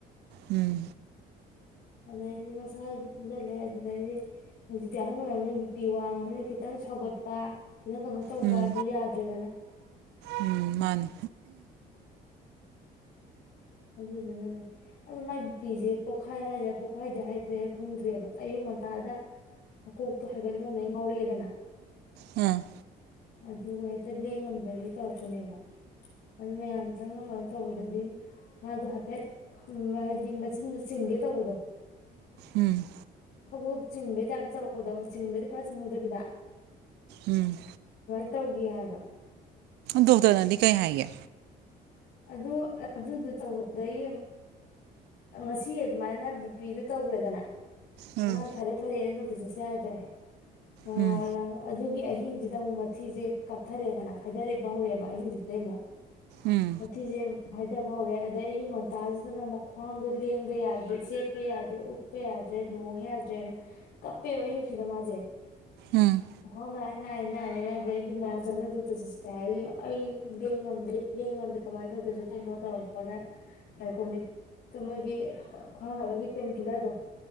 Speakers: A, on the right; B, on the left.
A: ꯎꯝ
B: ꯑꯗꯨꯗꯩꯗꯤ ꯃꯁꯥꯏꯁꯨ ꯁꯣꯖꯤꯜꯂꯦ ꯑꯗꯨꯗꯩꯗꯤ ꯍꯧꯖꯤꯛꯇꯤ ꯑꯍꯜ ꯑꯣꯏꯔꯕꯅ ꯕꯤꯄꯤ ꯋꯥꯡꯉꯕꯅ ꯈꯤꯇꯪ ꯁꯧꯒꯠꯄ ꯈꯤꯇꯪ ꯀꯩꯅꯣ ꯇꯧꯕ
A: ꯎꯝ
B: ꯑꯗꯨ ꯌꯥꯗ꯭ꯔꯦꯗꯅ
A: ꯎꯝ ꯃꯥꯅꯤ
B: ꯑꯗꯨꯗꯨꯅꯅꯦ ꯑꯗꯨꯗ ꯃꯥꯏ ꯕꯤꯄꯤꯁꯦ ꯄꯣꯛꯈꯥꯏ ꯍꯥꯏꯗꯦ ꯄꯣꯛꯈꯥꯏꯗꯦ ꯍꯥꯏꯗꯦ ꯈꯪꯗ꯭ꯔꯦꯕ ꯑꯌꯨꯛ ꯉꯟꯇꯥꯗ ꯃꯀꯣꯛꯇꯣ ꯍꯥꯏꯒꯠ ꯉꯝꯅ ꯉꯧꯔꯛꯑꯦꯗꯅ
A: ꯎꯝ
B: ꯑꯗꯨꯒ ꯍꯦꯛꯇ ꯂꯦꯡꯉꯝꯗꯗꯒꯤ ꯇꯧꯔꯛꯄꯅꯦꯕ ꯑꯗꯨ ꯃꯌꯥꯝ ꯆꯪꯉꯒ ꯇꯧꯕꯗꯗꯤ ꯃꯥꯗꯣ ꯍꯥꯏꯐꯦꯠ ꯍꯥꯏꯗꯤ ꯃꯆꯤꯟꯗꯨ ꯆꯤꯡꯒꯦ ꯇꯧꯕꯗꯣ
A: ꯎꯝ
B: ꯈꯒꯣꯞ ꯆꯤꯡꯕꯩ ꯇꯥꯏꯞꯇ ꯆꯧꯔꯛꯄꯗꯣ ꯆꯤꯡꯕꯗꯤ ꯄꯥꯏ ꯆꯨꯝꯍꯣꯡꯗꯕꯤꯗ
A: ꯎꯝ
B: ꯇꯧꯒꯦ ꯍꯥꯏꯕ
A: ꯗꯣ ꯇꯔꯅꯥꯗꯤ ꯀꯩ ꯍꯥꯏꯦ
B: ꯑ ꯑꯗꯨ ꯇꯧꯕꯗꯩ ꯉꯁꯤ ꯑꯗꯨꯃꯥꯏꯅ ꯕꯤ ꯄꯤꯗꯨ ꯇꯧꯈ꯭ꯔꯦꯗꯅ
A: ꯎꯝ
B: ꯃꯥꯅ ꯐꯔꯦ ꯐꯔꯦ ꯆ ꯆꯁꯦ ꯌꯥꯎꯗꯦ ꯍꯣꯡꯉꯂꯒ
A: ꯎꯝ
B: ꯑꯗꯨ ꯒꯤ ꯑꯍꯤꯡꯁꯤꯗ ꯑꯃꯨꯛ ꯃꯊꯤꯁꯦ ꯀꯥꯊꯔꯦꯗꯅ ꯐꯥꯏꯊꯔꯦꯕ ꯍꯧꯔꯛꯑꯦꯕ ꯑꯍꯤꯡꯁꯤꯗꯩ ꯑꯃꯨꯛ
A: ꯎꯝ
B: ꯑꯖ ꯍꯥꯏꯊꯕ ꯍꯧꯔꯦ ꯑꯗꯩ ꯑꯌꯨꯛ ꯉꯟꯇꯥꯁꯤꯗꯅ ꯃꯈ꯭ꯋꯥꯡꯗꯣ ꯂꯦꯡꯕ ꯌꯥꯗ꯭ꯔꯦ ꯆꯦꯠꯄ ꯌꯥꯗ꯭ꯔꯦ ꯎꯞꯄ ꯌꯥꯗ꯭ꯔꯦ ꯂꯣꯡ ꯌꯥꯗ꯭ꯔꯦꯅ ꯀꯞꯄꯦꯕ ꯑꯌꯨꯛꯁꯤꯗ ꯃꯥꯁꯦ
A: ꯎꯝ
B: ꯍꯅꯥꯏ ꯅ ꯂꯒꯤ ꯃꯥ ꯆ ꯇꯧ ꯆꯠ ꯍꯥꯏ ꯑꯩꯗꯤꯦꯡ ꯉꯝꯗ ꯂꯦꯡꯉꯕꯗꯤ ꯀꯃꯥꯏꯅ ꯇꯧꯗꯣꯏꯁꯨ ꯀꯩꯅꯣ ꯇꯧꯔꯛꯄꯗ ꯗꯥꯥꯏꯀꯣꯅꯤꯛ ꯃꯣꯏꯒꯤ ꯈ꯭ꯋꯥꯡꯅꯕꯒꯤ ꯄꯦꯟꯀꯤꯤꯂꯔꯗꯣ